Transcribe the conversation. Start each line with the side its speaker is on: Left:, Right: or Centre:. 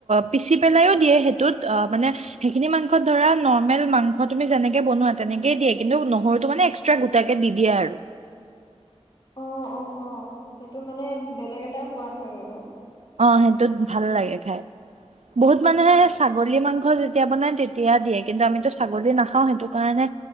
Right: পিচি পেলাইয়ো দিয়ে, সেইটোত মানে সেইখিনি মাংসত ধৰা নৰ্মেল মাংস তুমি যেনেকে বনোৱা তেনেকে দিয়ে, কিন্তু নহৰুটো মানে এক্সট্ৰা গোটাকে দি দিয়ে আৰু।
Left: অঁ অঁ, সেইটো মানে বেলেগ এটা সোৱাদ হয় আৰু।
Right: অঁ সেইটোত ভাল লাগে খাই, বহুত মানুহে
Left: অ',
Right: ছাগ লী মাংস যেতিয়া বনাই তেতিয়া দিয়ে। কিন্তু আমিতো ছাগলী নাখাওঁ সেইটো কাৰণে